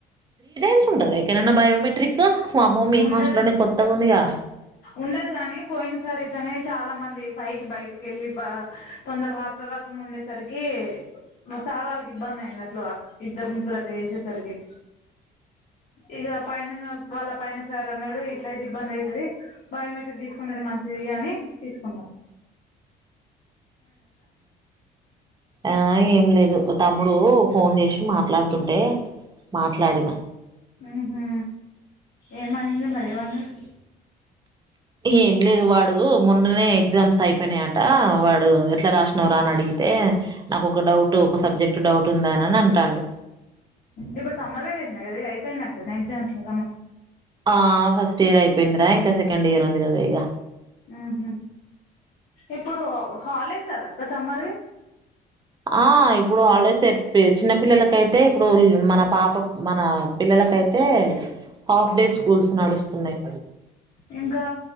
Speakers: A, on the right; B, on the left.
A: న్స్ ఉంటా ఎనా బయోమెట్రిక్ వామ్మో! మీ
B: ఉండదు
A: హాస్టల్‌లోనే కొత్తగుందిగా.
B: ఉండదు కాగానీ పోయింది సార్ ఇట్లనే చాలా మంది పై బయటికి వెళ్ళి బ తొందర హాస్టల్ రాకుండా ఉండేసరికి ఒకసారి వాళ్ళకి ఇబ్బంది అయింది అట్లా ఇద్దరు ముగ్గురు అట్లా చేసేసరికి ఇక పయైనంగా వాళ్ళ పైన సార్ అన్నాడు ఇట్లయితే ఇబ్బంది అవుతుది బయోమెట్రిక్ తీసుకుంటాడం మంచిది అని తీసుకు అమ
A: ఆ ఏం లేదు తమ్ముడు ఫోన్ చేసి మాట్లాడుతుంటే మాట్లాడిన
B: ఉ ఊ ఏమైంది మరి ఏమన్నాడు
A: ఏం లేదు వాడు మొన్ననే ఎగ్జామ్స్ అయిపోయినాయట వాడు ఇట్లా రాసినవురా అని అడిగితే నాకు ఒక డౌట్ ఒక సబ్జెక్ట్ డౌట్ ఉందా అనిని అంటాడు
B: ఇప్పుడు సమ్మర్ వెకేషన్ కదా అయిపోయిందంటనే ఎగ్జామ్స్ నీ
A: ఆ ఫస్ట్ ఇయర్ అయిపోయిందిరా ఇంకా సెకండ్ ఇయర్ ఉంది కదా ఇక
B: ఆహ ఇప్పుడు హాలిడేస్ కదాక్క సమ్మర్వి
A: ఆ ఇప్పుడు హాలిడేస్ చిన్న పిల్లలకైతే ఇప్పుడు మన పాప మన పిల్లలకైతే హాఫ్ డే స్కూల్స్ నడుస్తున్నాయి
B: ఇంకా